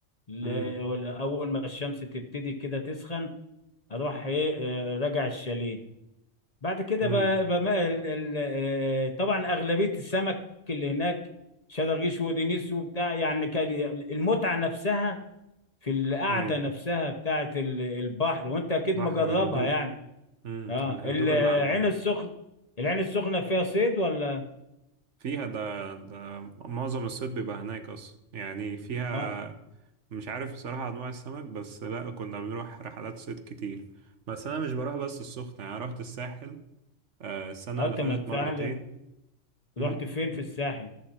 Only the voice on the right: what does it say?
امم
امم
اي
بحر
والهدوء
امم
الهدوء
اللي على البحر
فيها ده, ده معظم الصيد بيبقى هناك أصلا يعني فيها
مش عارف بصراحة أنواع السمك بس لأ كنا بنروح رحلات صيد كتير بس أنا مش بروح بس السخنة يعني رحت الساحل آه، السنة
اللي
فاتت
مرتين م?